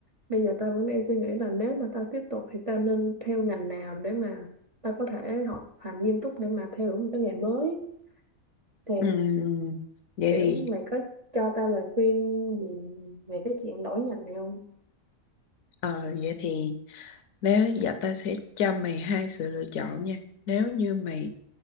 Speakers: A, on the right; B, on the left.
A: bây giờ tao vẫn đang suy nghĩ là nếu mà tao tiếp tục thì tao nên theo ngành nào để mà tao có thể học hành nghiêm túc để mà theo đuổi một cái nghề mới thì
B: Ừ. vậy
A: kiểu
B: thì
A: mày có cho tao lời khuyên gì về cái chuyện đổi ngành này không
B: ờ vậy thì nếu giờ ta sẽ cho mày hai sự lựa chọn nha nếu như mày